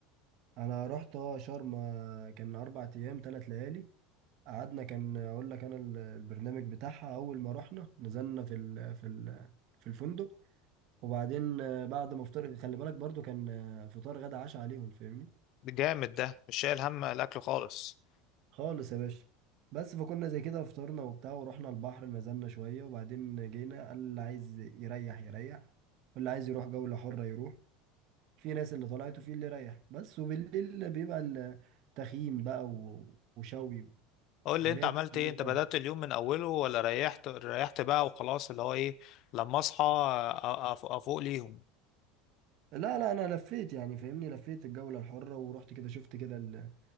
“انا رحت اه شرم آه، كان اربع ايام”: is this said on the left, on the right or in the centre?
Right